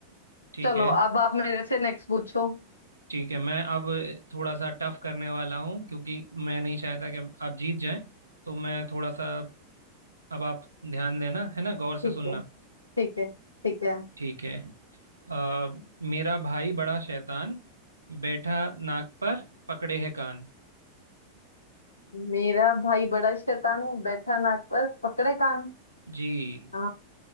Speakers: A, on the right; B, on the left.
A: ठीक
B: चलो
A: है
B: अब आप मेरे से नेक्स्ट पूछो
A: ठीक है मैं अब थोड़ा सा टफ करने वाला हूँ क्योंकि मैं नहीं चाहता कि आप जीत जाएं तो मैं थोड़ा सा अब आप ध्यान देना है ना गौर से
B: ठीक
A: सुनना
B: है ठीक है ठीक है
A: ठीक है आ, मेरा भाई बड़ा शैतान बैठा नाक पर पकड़े है कान
B: मेरा भाई बड़ा शैतान बैठा नाक पर पकड़े कान
A: जी
B: आ,